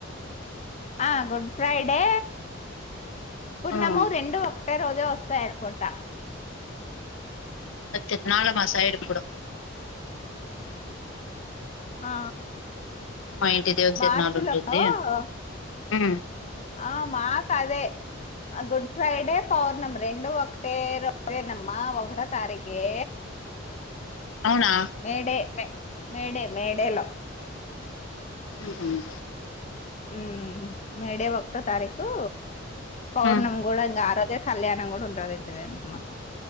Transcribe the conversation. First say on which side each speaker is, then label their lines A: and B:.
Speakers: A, on the left (about 35°); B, on the left (about 80°).
A: ఆ గుడ్ ఫ్రైడే పున్నము
B: ఆ
A: రెండు ఒకటే రోజే వస్తాయనుకుంటా
B: తీర్ణాల మా సైడ్ ఎప్పుడూ
A: ఆ
B: మా ఇంటి దేవునీ తీర్ణాల
A: మార్చి
B: ఉంటుంది
A: లో
B: ఉ
A: ఆ మాకు అదే గుడ్ ఫ్రైడే పౌర్ణమీ రెండు ఒకటే రోజే నమ్మ ఒక్కాటో తారీఖే
B: అవునా
A: మేడే మే మేడే మేడేలో
B: ఉ
A: ఊ మేడే ఒకటో తారీఖు పౌర్ణమి
B: ఉమ్
A: గూడ ఆరోజే కళ్యాణం కూడా ఉంటది ఇంటి దేవునికి మాకి